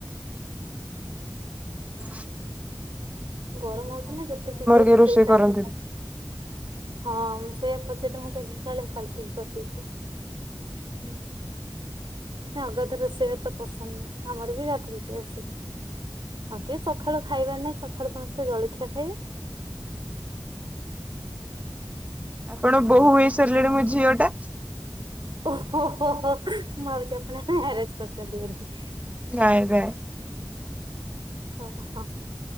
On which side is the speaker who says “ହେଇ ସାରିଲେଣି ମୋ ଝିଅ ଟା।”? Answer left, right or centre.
Right